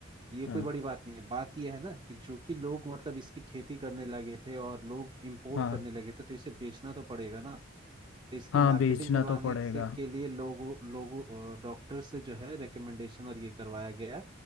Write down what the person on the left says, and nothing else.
हाँ
हाँ
हाँ
बेचना
तो पड़ेगा